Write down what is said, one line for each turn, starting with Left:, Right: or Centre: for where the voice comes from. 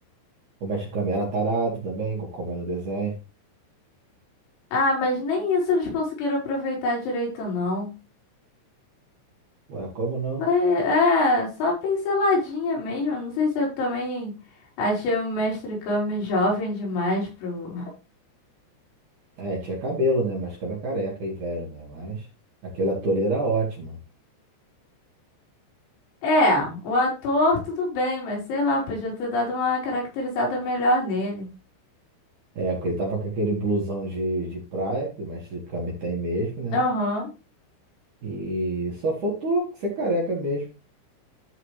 Right: O Mexicano era tarado também, co- como é no desenho.
Left: Ah, mas nem isso eles conseguiram aproveitar direito, não.
Right: Ué, como não?
Left: Foi, é, só pinceladinha mesmo. Não sei se eu também achei o Mestre Kami jovem demais pro,
Right: É, tinha cabelo, né? Mas ficava careca e velho, né? Mas aquele ator era ótimo.
Left: É, o ator tudo bem, mas sei lá, podia ter dado uma caracterizada melhor nele.
Right: É, porque ele tava com aquele blusão de, de praia, que o mestre Kami tem mesmo, né?
Left: Aham.
Right: E só faltou ser careca mesmo.